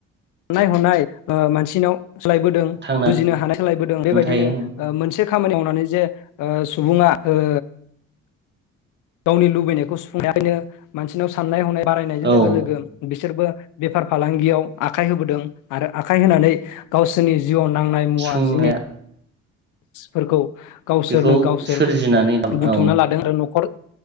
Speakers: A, on the left; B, on the right.
A: साननाय हनाय ओ मानसिनाव सोलायबोदों
B: थांनानै
A: बुजिनो हानाय सोलायबोदों बेबायदिनो
B: थायो
A: ओ मोनसे खामानि मावनानै जे ओ सुबुङा ओ गावनि लुबैनायखौ सुफुंनायखायनो मानसिनाव साननाय हनाय बारायनायजों
B: औ
A: लोगो लोगो बि बिसोरबो बेफार फालांगियाव आखाइ होबोदों आरो आखाइ होनानै गावसोरनि जिउआव नांनाय मुवा
B: सुंनाया
A: जिनि- फोरखौ गावसोरनो
B: बेखौ
A: गावसोर
B: सोरजिनानै ला
A: बुथुमना
B: औ
A: लादों आरो नखर